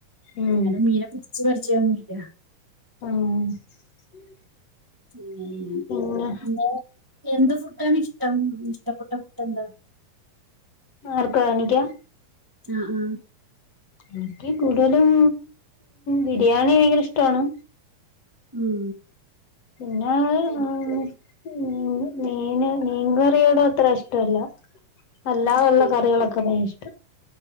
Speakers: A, on the left; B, on the right.
A: ഉം
B: അ മീരാ പ <unintelligible> വിർജയമില്ല <unintelligible>
A: ആഹ്
B: ന്നെ
A: പിന്നെ
B: ഇന്നേ എന്ത് ഫുഡാണ് ഇഷ്ടം ഇഷ്ടപ്പെ- ട്ട ഫുഡ്‌ എന്താ
A: ആർക്കാ എനിക്കാ
B: ആഹ് ആഹ്
A: എനിക്ക് കൂടുതലും ബിരിയാണി ഭയങ്കര ഇഷ്ടമാണ്
B: ഉം
A: പിന്നെ ആ
B: പിന്നെ
A: ഉം മീൻ മീൻകറിയോട അത്ര ഇഷ്ടല്ല അല്ലാതേയുള്ള
B: ഇല്ലേ
A: കറികളൊക്കെ ഭയ ഇ-